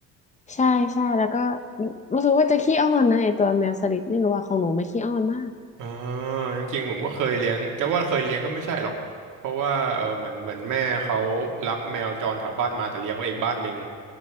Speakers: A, on the left; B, on the right.
A: ใช่ใช่แล้วก็รู้สึกว่าจะขี้อ้อนนะไอตัวแมวสลิดไม่รู้ว่าของหนูไม่ขี้อ้อนมาก
B: อ๋อจริงๆผมก็เคยเลี้ยงจะว่าเคยเลี้ยงก็ไม่ใช่หรอกเพราะว่าเออเหมือนเหมือนแม่เขารับแมวจรแถวบ้านมาแต่เลี้ยงไว้อีกบ้านหนึ่ง